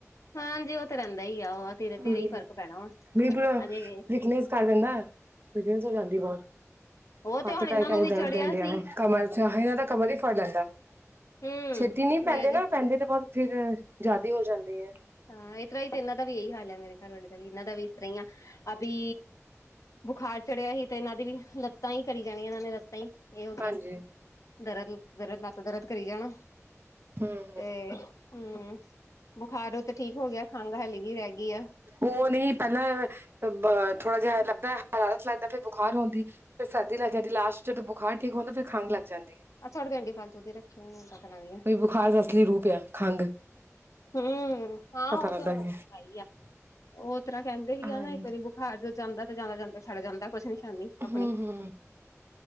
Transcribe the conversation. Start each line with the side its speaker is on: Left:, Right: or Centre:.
Left: ਹਾਂਜੀ ਉਹ ਤੇ ਰਹਿੰਦਾ ਹੀ ਆ ਲ ਉਹ ਧੀਰੇ-ਧੀਰੇ
Right: ਹਾਂਜੀ।
Left: ਹੀ ਫ਼ਰਕ ਪੈਣਾ ਵਾ
Right: ਬਿਲਕੁਲ
Left: ਆਜੇਗੀ।
Right: ਵੀਕਨੈਸ ਕਰ ਦਿੰਦਾ ਹੋ ਜਾਂਦੀ। ਬਹੁਤ
Left: ਉਹ ਤੇ
Right: ਹੱਥ
Left: ਹੁਣ
Right: ਪੈ
Left: ਇਹਨਾਂ
Right: ਕੇ
Left: ਨੂੰ ਵੀ
Right: ਦਰਦ
Left: ਚੜਿਆ
Right: ਦੇਣ ਡਿਆ।
Left: ਸੀ
Right: ਕਮਰ ਚ ਤਾਂ ਕਮਰ ਹੀ ਫੜ ਲੈਂਦਾ।
Left: ਹੂੰ,
Right: ਛੇਤੀ ਨੀ
Left: ਮੇਰੇ
Right: ਪੈਂਦੇ ਨਾ ਪੈਂਦੇ ਤੇ ਬਹੁਤ ਫਿਰ ਜ਼ਿਆਦੇ ਹੋ ਜਾਂਦੇ ਹੈ।
Left: ਹਾਂ। ਇਸ ਤਰ੍ਹਾਂ ਹੀ ਤੇ ਇਹਨਾਂ ਦਾ ਵੀ ਇਹੀ ਹਾਲ ਆ ਮੇਰੇ ਘਰਵੇ ਦਾ ਵੀ ਇਹਨਾਂ ਦਾ ਵੀ ਇਸ ਤਰ੍ਹਾਂ ਹੀ ਆ। ਅਭੀ ਬੁਖਾਰ ਚੜਿਆ ਹੀ ਤੇ ਇਹਨਾਂ ਦੀ ਵੀ ਲੱਤਾਂ ਹੀ ਕਰੀ ਜਾਣੀਆਂ। ਇਹਨਾਂ ਨੇ ਲੱਤਾਂ ਹੀ ਇਹੋਗਆਂ।
Right: ਹਾਂਜੀ।
Left: ਦਰਦ ਲ ਦਰਦ ਲਾ ਦਰਦ ਕਰੀ ਜਾਣਾ।
Right: ਹੂੰ
Left: ਤੇ ਹਮ ਬੁਖਾਰ ਤੇ ਠੀਕ ਹੋ ਗਿਆ। ਖੰਘ ਹਲੀ ਵੀ ਰਹਿ ਗਈ ਆ।
Right: ਉਹ ਨਹੀਂ ਪਹਿਲਾਂ ਥੋੜਾ। ਜਿਹਾ ਲੱਗਦਾ ਹਰਾਰਤ ਲੱਗਦਾ ਫਿਰ ਬੁਖਾਰ ਹੁੰਦੀ। ਫੇ ਸਰਦੀ ਲੱਗ ਜਾਂਦੀ ਲਾਸਟ। ਜਦੋਂ ਬੁਖਾਰ ਠੀਕ ਹਦਾ ਫਿਰ ਖੰਘ ਲੱਗ ਜਾਂਦੀ ਹੈ।
Left: ਆਹਥੋੜੇ ਅੰਡੀ ਫਲ ਤੂਦੀ ਰੱਖ ਹੋਈਆ ਪਤਾਂ ਦੀਆਂ।
Right: ਕੋਈ ਬੁਖਾਰ ਦਾ ਅਸਲੀ ਰੂਪ ਹੈ। ਖੰਘ
Left: ਹਮ ਹਾਂ
Right: ਪਤਾ
Left: ਉਹ
Right: ਲੱਗਦਾ
Left: ਤਾਂ
Right: ਕਿ
Left: ਹੈ ਹੀ ਆ। ਉਹ ਤਰ੍ਹਾਂ ਕਹਿੰਦੇ ਵੀ
Right: ਹਾਂਜੀ।
Left: ਆ ਨਾ। ਇੱਕ ਵਾਰੀ ਹਰ ਜੋ ਜਾਂਦਾ ਤੇ ਜਾਂਦਾ ਜਾਂਦਾ ਛੱਡ ਜਾਂਦਾ। ਕੁਛ ਨੀ ਛਦੀ ਆਪਣੀ
Right: ਹੂੰ-ਹੂੰ,